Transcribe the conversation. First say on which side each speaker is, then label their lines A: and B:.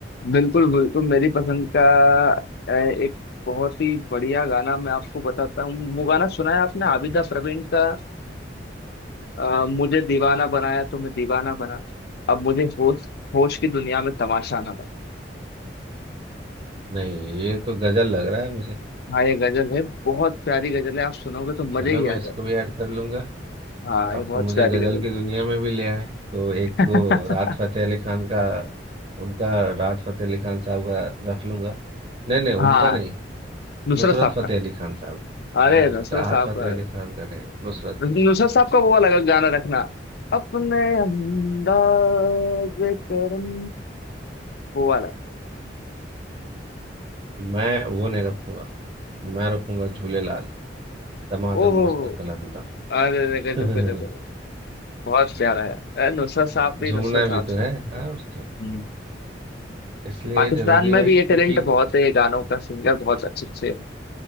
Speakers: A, on the left (about 60°); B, on the right (about 40°).
A: बिल्कुल बिल्कुल मेरी पसंद का अ, एक बहुत ही बढ़िया गाना मैं आपको बताता हूँ वो गाना सुना है आपने आबिदा प्रवीण का अ, मुझे दीवाना बनाया तो मैं दीवाना बना अब मुझे होश होश की दुनिया में तमाशा ना बना
B: नहीं ये तो गजल लग रहा है मुझे
A: हाँ ये गजल है बहुत प्यारी गजल है आप सुनोगे तो मजे
B: चलो
A: ही
B: मैं
A: आ जाए
B: इसको भी ऐड कर लूंगा
A: हाँ ये
B: अब
A: बहुत
B: तो मुझे
A: प्यारी
B: गजल
A: गजल
B: की दुनिया में भी ले आए तो एक दो
A: है
B: राहत फतेह अली खान का उनका राहत फतेह अली खान साहब का रख लूंगा नहीं नहीं उनका
A: <laughs> हाँ
B: नहीं
A: नुसरत
B: नुसरत
A: साहब
B: फतेह
A: का
B: अली खान साहब
A: अरे
B: अरे
A: नुसरत
B: राहत
A: साहब
B: फतेह
A: का
B: अली खान का नहीं नुसरत
A: नुसरत
B: फतेह
A: साहब
B: अली खान
A: का वो अलग गाना रखना अपने अंदाज करम वो वाला
B: मैं वो नहीं रखूंगा मैं रखूंगा झूले लाल दमादम
A: ओहो
B: मस्त कलंदर
A: अरे अरे, गजब
B: <laughs>
A: गजब गजब बहुत प्यारा है अरे नुसरत साहब भी
B: झूमना
A: नुसरत
B: भी
A: साहब से
B: तो है हाँ और क्या
A: हम्म।
B: इसलिए
A: पाकिस्तान
B: जरूरी
A: में
B: है
A: भी
B: क्योंकि
A: ये टैलेंट बहुत है ये गानों का सिंगर बहुत अच्छे अच्छे